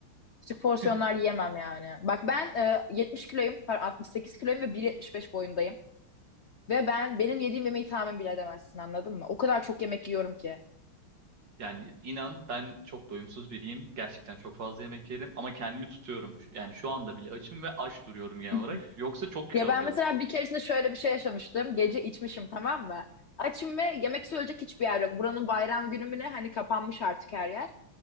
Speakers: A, on the left; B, on the right.
A: küçük porsiyonlar
B: <laughs>
A: yemem yani. Bak ben e, 70 kiloyum, pardon, 68 kiloyum ve 1.75 boyundayım. Ve ben benim yediğim yemeği tahmin bile edemezsin anladın mı? O kadar çok yemek yiyorum ki.
B: Yani inan ben çok doyumsuz biriyim. Gerçekten çok fazla yemek yerim ama kendimi tutuyorum. Şu- Yani şu anda bile açım ve aç duruyorum genel
A: <laughs>
B: olarak. Yoksa çok kilo
A: Ya ben
B: alıyorum.
A: mesela bir keresinde şöyle bir şey yaşamıştım. Gece içmişim tamam mı? Açım ve yemek söyleyecek hiçbir yer yok. Buranın bayram günü mü ne? Hani kapanmış artık her yer.